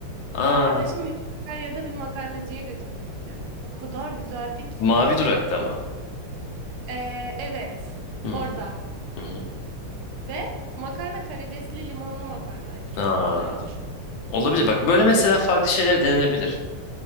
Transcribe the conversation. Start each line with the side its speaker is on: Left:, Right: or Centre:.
Left: Aa,
Right: Arkadaşım beni Sakarya'da bir makarnacıya götürmüştü. O kadar güzeldi ki.
Left: mavi durakta mı?
Right: Ee, evet.
Left: Hmm,
Right: Orada.
Left: hı hı.
Right: Ve makarna karidesli limonlu makarnaydı. Çok
Left: Aa,
Right: güzeldi.
Left: olabilir. Bak böyle mesela farklı şeyler denenebilir.